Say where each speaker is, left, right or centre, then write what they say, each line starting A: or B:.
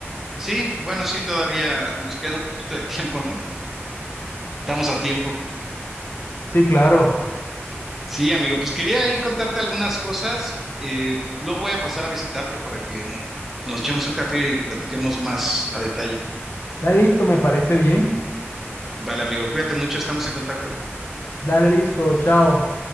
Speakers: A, in the centre; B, on the left.
A: Sí, bueno, sí, todavía nos queda un poquito de tiempo, ¿no? Estamos a tiempo.
B: Sí, claro.
A: Sí, amigo, pues quería ahí contarte algunas cosas. eh, luego voy a pasar a visitarte para que no- nos echemos un café y platiquemos más a detalle.
B: Dale listo, me parece bien.
A: Vale, amigo, cuídate mucho, estamos en contacto.
B: Dale listo, chao.